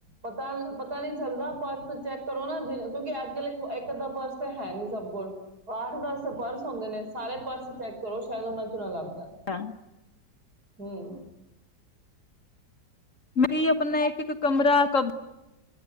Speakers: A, on the right; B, on the left.
A: ਪਤਾ ਪਤਾ ਨੀ ਚੱਲਦਾ ਪਰਸ ਚੈੱਕ ਕਰੋ ਨਾ ਜਿ ਕਿਉਂਕਿ ਅੱਜ ਕੱਲ੍ਹ <unintelligible> ਪਰਸ ਹੈ ਨੀ ਸਭ ਕੋਲ ਪਾਠ ਦਾਸੇ ਪਰਸ ਹੁੰਦਾ ਸਾਰੇ ਪਰਸ ਚੈੱਕ ਕਰੋ ਸ਼ਾਇਦ ਉਹਨਾਂ <unintelligible>
B: ਹਾਂ
A: ਹੂੰ
B: <unintelligible> ਆਪਣਾ ਇੱਕ ਇੱਕ ਕਮਰਾ ਕ